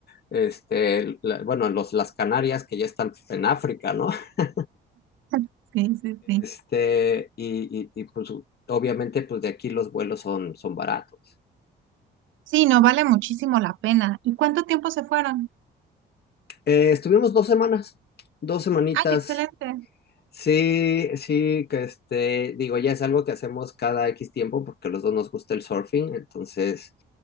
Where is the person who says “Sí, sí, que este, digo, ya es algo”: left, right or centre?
Left